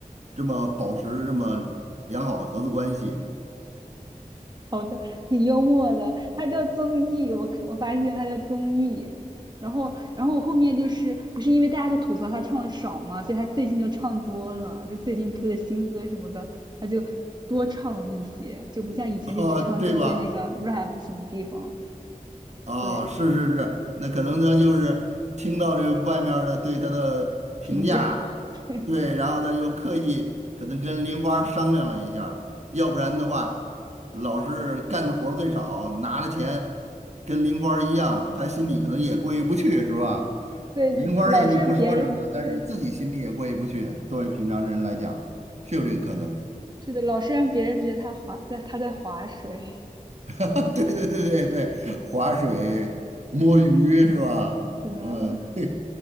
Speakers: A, on the right; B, on the right.
A: 这么保持这么良好的合作关系，
B: 好的，挺幽默的，他叫综艺，我看我发现他叫综艺，然后然后我后面就是不是因为大家都吐槽他唱的少嘛，所以他最近就唱多了，就最近出的新歌什么的，他就多唱了一些，就不像以前就只唱中间那个
A: <laughs> 哈，对吧？
B: rap 什么地方，
A: 啊，
B: 对，
A: 是是是，那可能他就是听到这外面儿的对他的评价，
B: 评价，<laughs> 对
A: 对，然后他又刻意可能跟林花商量了一下儿要不然的话，老是干的活儿最少，拿了钱跟林花一样，他心里可能也过意不去，是吧？
B: 对，
A: 林花人家不说什么，
B: 老是别人，
A: 但是自己心里也过意不去。
B: 对，
A: 作为平常人来讲，是有这个可能。
B: 是的，老是让别人觉得他划在他在划水，
A: <laughs> 对对对对对，划水、摸鱼是吧？
B: 是的。
A: 嗯，对，